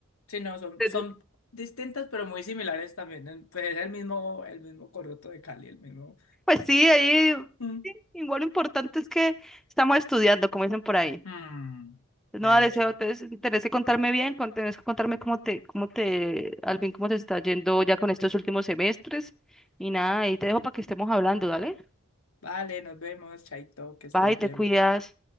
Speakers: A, on the left; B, in the centre.
A: Sí, no, son,
B: Pero,
A: son distintas pero muy similares también. en- Pues es el mismo, el mismo coroto de Cali, el mismo.
B: Pues sí, ahí
A: Mm.
B: sí, igual lo importante es que estamos estudiando, como dicen por ahí.
A: Mm.
B: No,
A: De
B: deseo,
A: hecho.
B: te tenés que contarme bien, con- tenés que contarme cómo te, cómo te, al fin cómo te está yendo ya con estos últimos semestres. Y nada, ahí te dejo para que estemos hablando, dale.
A: Vale, nos vemos, Chaito, que estés
B: Bye, te
A: bien.
B: cuidas.